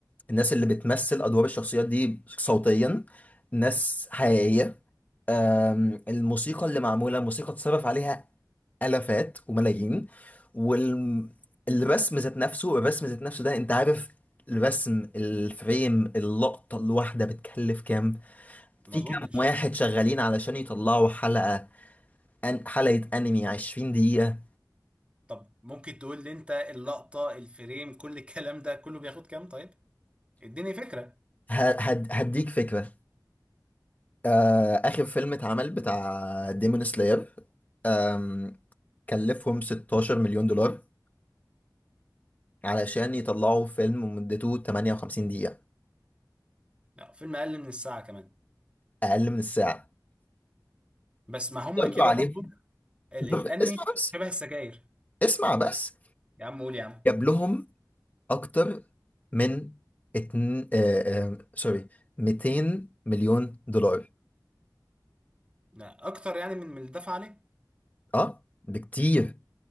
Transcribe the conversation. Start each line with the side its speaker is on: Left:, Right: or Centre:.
Left: الناس اللي بتمثل ادوار الشخصيات دي صوتيا ناس حقيقيه أم، الموسيقى اللي معموله موسيقى اتصرف عليها آلافات وملايين والرسم ذات نفسه الرسم ذات نفسه ده انت عارف الرسم الفريم اللقطة الواحدة بتكلف كام
Right: ما
Left: في
Right: اظنش
Left: كام واحد شغالين علشان يطلعوا حلقة أن حلقة أنمي 20 دقيقة
Right: طب ممكن تقول لي انت اللقطه الفريم كل الكلام ده كله بياخد كام طيب اديني فكرة
Left: ه- هد هديك فكرة آه آخر فيلم اتعمل بتاع ديمون سلاير آم، كلفهم 16 مليون دولار علشان يطلعوا فيلم مدته 58 دقيقة
Right: لا فيلم اقل من الساعة كمان
Left: أقل من الساعة
Right: بس ما هم
Left: ضربوا
Right: كده
Left: عليه
Right: برضو ال
Left: ضرب
Right: الانمي
Left: اسمع بس
Right: شبه السجاير
Left: اسمع بس
Right: يا عم قول يا عم
Left: جاب لهم اكتر من اتن... آه آه سوري 200 مليون دولار
Right: لا اكتر يعني من من اللي دفع عليه
Left: اه بكتير